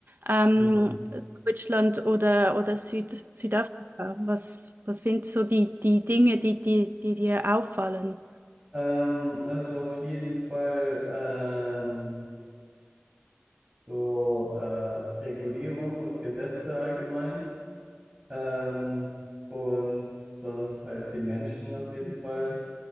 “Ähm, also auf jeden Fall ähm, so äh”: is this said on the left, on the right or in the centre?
Right